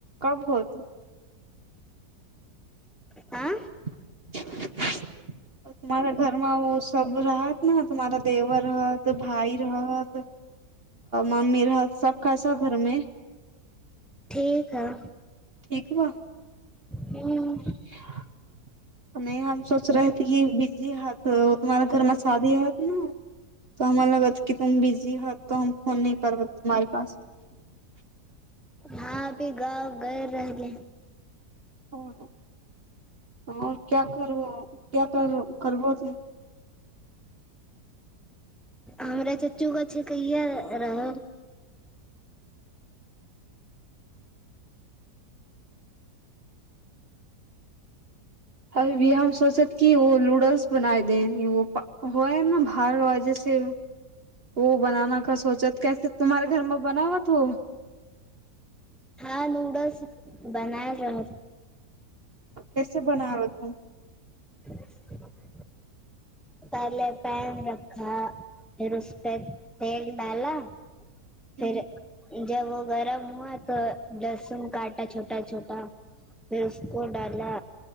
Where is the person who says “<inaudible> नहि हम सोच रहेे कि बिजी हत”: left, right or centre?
Right